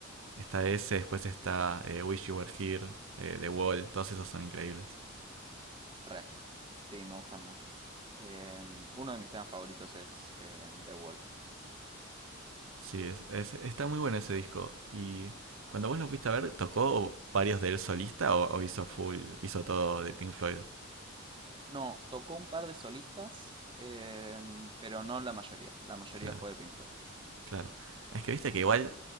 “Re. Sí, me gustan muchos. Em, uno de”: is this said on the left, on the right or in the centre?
Right